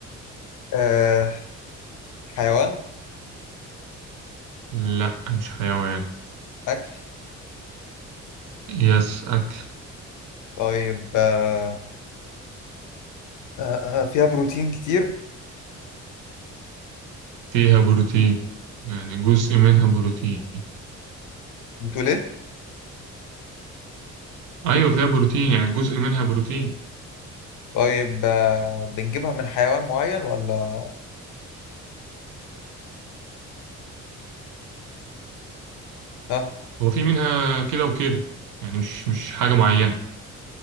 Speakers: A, on the left (about 80°); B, on the right (about 90°).
A: آه حيوان
B: لا مش حيوان
A: أكل
B: يس أكل
A: طيب آه آه آه، فيها بروتين كتير
B: فيها بروتين يعني جزء منها بروتين
A: بتقول إيه؟
B: أيوة فيها بروتين يعني جزء منها بروتين
A: طيب آه بنجيبها من حيوان معين ولا ها
B: هو في منها كده وكده يعني مش مش حاجة معينة